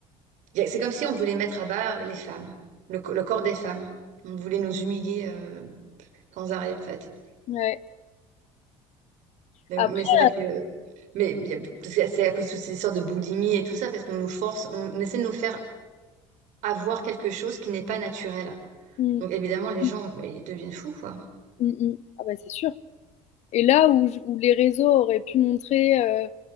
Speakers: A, on the right; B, on the left.
A: c'est comme si on voulait mettre à bas les femmes, le, co- le corps des femmes. On voulait nous humilier euh, sans arrêt, en fait.
B: Ouais.
A: Mais,
B: Après,
A: bon, mais c'est vrai que mais bien- parce que c'est à cause de ces histoires de boulimie et tout ça, parce qu'on nous force, on, on essaie de nous faire avoir quelque chose qui n'est pas naturel.
B: mm,
A: Donc évidemment, les
B: mm.
A: gens, mais ils deviennent fous, quoi.
B: Mmh mh. Ah bah, c'est sûr et là où j où les réseaux auraient pu montrer, heu,